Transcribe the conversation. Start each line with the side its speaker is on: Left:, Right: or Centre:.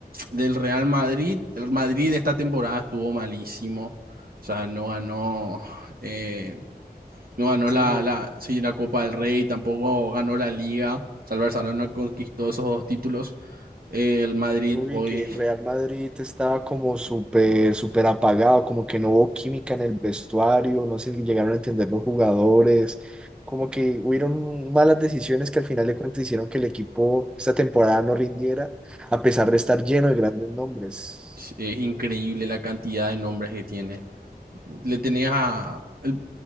Right: del Real Madrid, el Madrid esta temporada estuvo malísimo, o sea, no ganó, eh, no ganó
Centre: Sí,
Right: la,
Centre: mira,
Right: la, sí, la Copa del Rey, tampoco ganó la Liga. Salvar Barcelona conquistó esos dos títulos. Eh, el Madrid
Centre: yo vi
Right: hoy
Centre: que el Real Madrid estaba como súper, súper apagado, como que no hubo química en el vestuario, no se llegaron a entender los jugadores, como que hubieron malas decisiones que al final de cuentas hicieron que el equipo esta temporada no rindiera, a pesar de estar lleno de grandes nombres.
Right: es increíble la cantidad de nombres que tiene. le tenías a el